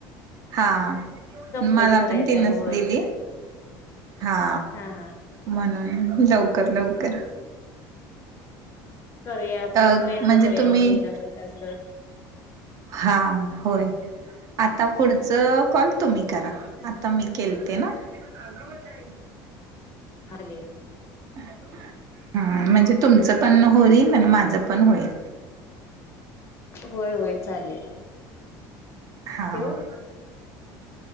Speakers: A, on the right (about 40°); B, on the left (about 30°).
A: हा.. आ.
B: कंप्लीट
A: मला
B: करायचं
A: पण तीनच
B: आहे होय.
A: दिली हा...
B: हा हा
A: म्हणून.. लवकर -लवकर
B: करूया आपण
A: अ
B: प्रयत्न
A: म्हणजे
B: करूया
A: तुम्ही
B: होईल असं कस
A: हा... होय आता पुढच.. कॉल तुम्ही करा, आता मी केलते ना <inaudible>
B: आले.
A: ह्म्म.. म्हणजे तुमचं पण होईल आणि माझं पण होईल.
B: होय होय चालेल.
A: हां..
B: ठेवू?